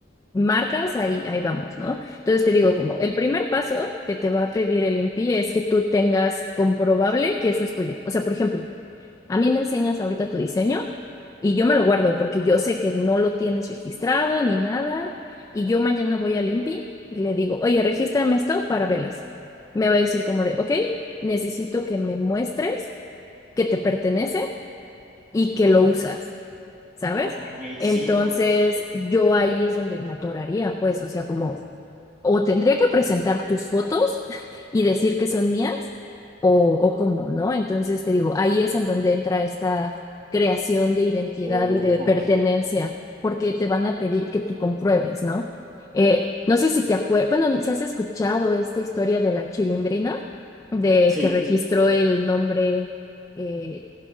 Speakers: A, on the left; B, on the right.
A: marcas, ahí, ahí vamos, ¿no? Entonces te digo, como el primer paso que te va a pedir el INPI es que tú tengas comprobable que eso es tuyo. O sea, por ejemplo, A mí me enseñas ahorita tu diseño y yo me lo guardo porque yo sé que no lo tienes registrado ni nada. Y yo mañana voy al INPI y le digo, oye, regístrame esto para velas. Me va a decir como de, ok, necesito que me muestres que te pertenece y que lo usas, ¿sabes?
B: Ok,
A: Entonces,
B: sí, o-
A: yo ahí es donde me atoraría, pues, o sea, como o tendría que presentar tus fotos <laughs> y decir que son mías, o, o cómo, ¿no? Entonces te digo, ahí es en donde entra esta creación de identidad
B: o-
A: y de pertenencia,
B: ok,
A: porque te van a pedir que tú compruebes, ¿no? Eh, no sé si te acuerdas, bueno, si has escuchado esta historia de la chilindrina, de
B: sí,
A: que Sí. registró el nombre eh,